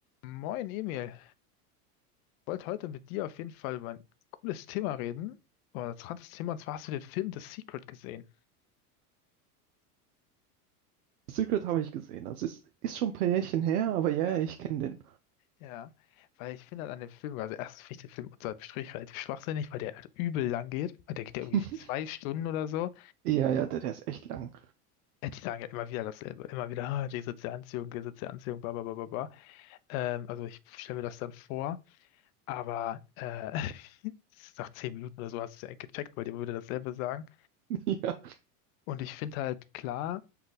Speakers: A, on the left (about 60°); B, on the right (about 80°).
A: Moin Emil, ich wollte heute mit dir auf jeden Fall über ein cooles Thema reden, oder ein interessantes Thema, und zwar hast du den Film The Secret gesehen.
B: Secret habe ich gesehen. Das ist, ist schon ein paar Jährchen her, aber ja,
A: Ja,
B: ja, ich kenne den.
A: Ja, weil ich finde halt an dem Film, also erstens finde ich den Film unter dem Strich relativ schwachsinnig, weil der halt übel lang geht, weil der geht ja
B: <laughs>
A: irgendwie zwei Stunden oder so.
B: ja, ja, der, der ist echt lang.
A: Äh, Die sagen ja immer wieder dasselbe, immer wieder, ah, die soziale Anziehung, die soziale Anziehung, bla bla bla bla bla. Ähm, also ich stelle mir das dann vor, aber äh, <laughs> nach zehn Minuten oder so hast du es ja eigentlich gecheckt, weil die immer wieder dasselbe sagen.
B: <laughs> ja.
A: Und ich finde halt klar,